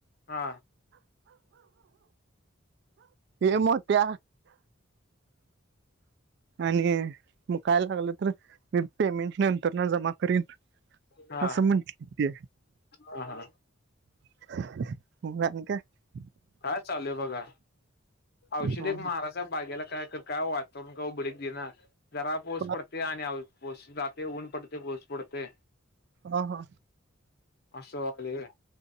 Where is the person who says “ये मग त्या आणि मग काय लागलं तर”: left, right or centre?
Right